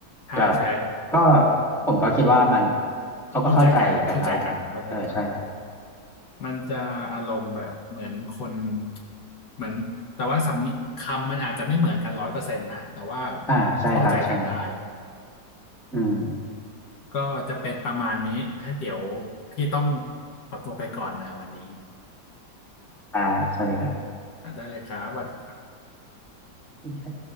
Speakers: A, on the left; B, in the centre.
A: ใช่ใช่
B: แล้วก็ผมก็คิดว่ามันเขาก็เข้าใจกันได้ครับเออใช่
A: เข้าใจกันเข้าใจกันเข้าใจกันมันจะอารมณ์แบบเหมือนคนเหมือนแต่ว่าสำนีคำมันอาจจะไม่เหมือนกันร้อยเปอร์เซ็นต์นะแต่ว่า
B: อ่าใช่ครับใช่
A: เข้าใจกันได้
B: อืม
A: ก็จะเป็นประมาณนี้ฮะเดี๋ยวพี่ต้องขอตัวไปก่อนนะวันนี้
B: อ่าสวัสดีครั
A: อ่ะได้เลยครับสวัสดีครับ
B: บ